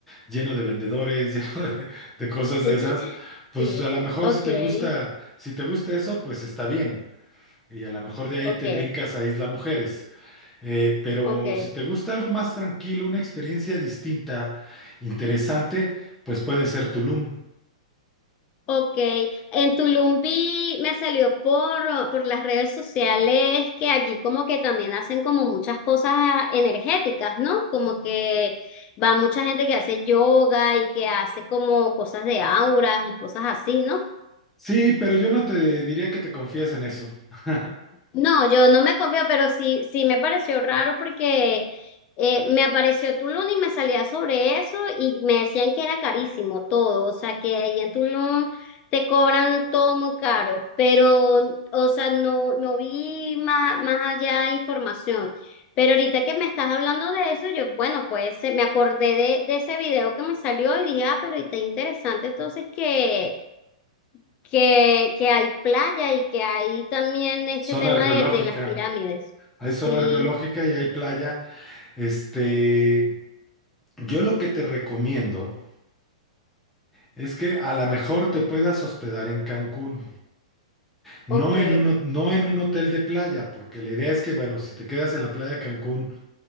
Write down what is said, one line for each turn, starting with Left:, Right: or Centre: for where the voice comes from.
Centre: lleno de vendedores, <laughs> lleno de, de cosas
Left: <laughs>
Centre: de esas, pues
Left: sí,
Centre: a lo mejor
Left: ok,
Centre: si te gusta, si te gusta eso, pues está bien. Y a lo mejor de ahí
Left: ok,
Centre: te brincas a Isla Mujeres. Eh, pero
Left: ok,
Centre: si te gusta algo más tranquilo, una experiencia distinta, interesante, pues puede ser Tulum.
Left: ok. En Tulum vi, me salió por, por las redes sociales que allí como que también hacen como muchas cosas energéticas, ¿no? Como que va mucha gente que hace yoga y que hace como cosas de auras y cosas así, ¿no?
Centre: Sí, pero yo no te diría que te confíes en eso. <laughs>
Left: No, yo no me confío, pero sí, sí me pareció raro porque eh, me apareció Tulum y me salía sobre eso y me decían que era carísimo todo, o sea que ahí en Tulum te cobran todo muy caro, pero, o sea, no, no vi más, más allá información. Pero ahorita que me estás hablando de eso, yo, bueno, pues eh, me acordé de, de ese video que me salió y dije, ah, pero está interesante entonces que que, que hay playa y que hay también este
Centre: Zona
Left: tema
Centre: arqueológica.
Left: de, de las pirámides.
Centre: Hay
Left: Sí,
Centre: zona arqueológica y hay playa. Este, yo lo que te recomiendo Es que a lo mejor te puedas hospedar en Cancún, no
Left: ok,
Centre: en un, ho- no en un hotel de playa, porque la idea es que, bueno, si te quedas en la playa de Cancún,